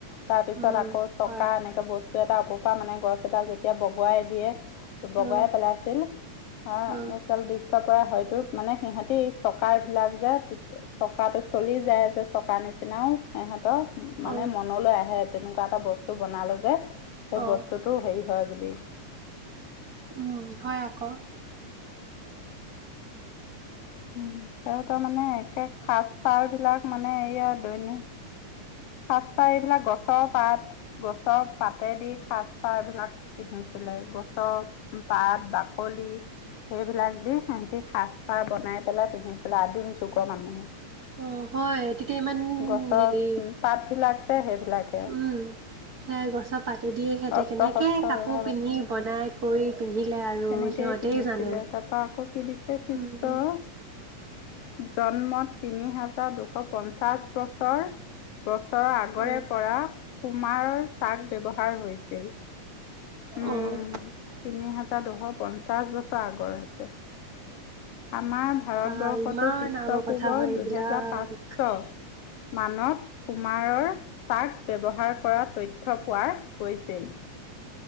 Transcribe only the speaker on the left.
তাৰ পিছত
আকৌ চকা
এনেকে বস্তু এটা উপ মানে গছ এডাল যেতিয়া বগুৱাই দিয়ে বগুৱাই
পেলাইছিল হাল
পৰা হয়তো মানে সিহঁতি চকাৰ বিলাক যে চকাটো চলি যায় যে চকাৰ নিচিনাও সিহতে মানে
মনলৈ আহে তেনেকুৱা এটা বস্তু বনালে যে সেই
বস্তুতটোও হেৰি হয় আবলৈ
উ সিহতৰ মানে একে সাজ পাৰ বিলাক মানে এইয়া দৈনিক সাজপাৰ এইবিলাক গছৰ পাত গছৰ পাতে দি সাজপাৰবিলাক পিন্ধিছিলে গছৰ পাত বাকলি সেইবিলাক দি সিহতি সাজপাৰ বনাই পেলাই পিন্ধিছিলে আদিম যুগৰ মানুহে
গছৰ
পাতবিলাক যে সেইবিলাকে
অস্ত্ৰ
শস্ত্ৰ
ব্যৱহাৰ
আছিলে
তেনেকেই
পিন্ধিছিলে
তাৰপা আকৌ কি দিছে খ্ৰীষ্টৰ
জন্মত তিনি হাজাৰ দুশ পঞ্চাশ বছৰ বছৰৰ আগৰে
পৰা কুমাৰৰ চাত ব্যৱহাৰ হাৰ হৈছিল উম
তিনি হাজাৰ দুশ পঞ্চাশ বছৰ আগতে আমাৰ ভাৰতবৰ্ষটো
খ্ৰীষ্টপূৰ্বৰ
দুহেজাৰ পাঁচশ মানত কুমাৰৰ চাত ব্যৱহাৰ কৰা তথ্য পোৱাৰ গৈছিল